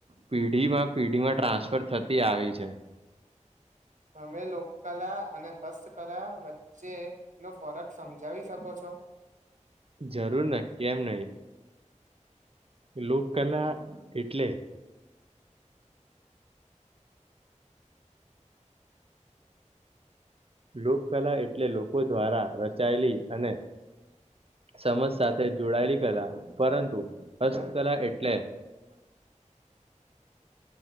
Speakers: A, on the right; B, on the right.
A: પેઢીમાં પેઢીમાં ટ્રાન્સફર થતી આવી છે.
B: અમે લોકકલા અને હસ્ત કલા વચ્ચે નો ફરક સમજાવી શકો છો.
A: જરૂર ને કેમ નઈ લોકકલા એટલે લોકકલા એટલે લોકો દ્વારા રચાયેલી અને સમાજ સાથે જોડાયેલી કલા પરંતુ હસ્તકલા એટલે